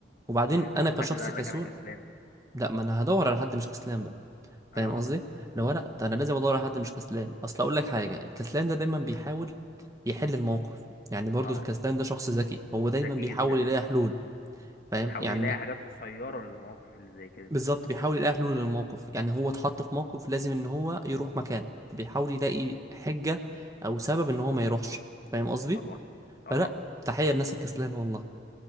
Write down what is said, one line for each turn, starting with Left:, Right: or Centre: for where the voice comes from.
Right: وبعدين
Left: طب افرض
Right: انا
Left: الحد
Right: كشخص
Left: ده قال
Right: كسول
Left: لك انا كسلان
Right: لا ما انا هدور على حد مش كسلان بقى
Left: اه
Right: فاهم قصدي لو لا ده انا لازم ادور على حد مش كسلان اصل اقول لك حاجه الكسلان ده دايما بيحاول يحل الموقف يعني برضه
Left: طبعا
Right: الكسلان ده شخص ذكي هو دايما
Left: ذكي
Right: بيحاول
Left: جدا
Right: يلاقي حلول فاهم
Left: يحاول
Right: يعني
Left: يلاقي حاجات قصيرة للمواقف اللي زي كده
Right: بالظبط بيحاول يلاقي حلول للموقف يعني هو اتحط في موقف لازم ان هو يروح مكان فبيحاول يلاقي حجة او سبب ان هو ما يروحش فاهم قصدي
Left: طبعا طبعا
Right: فلا تحية للناس الكسلانة والله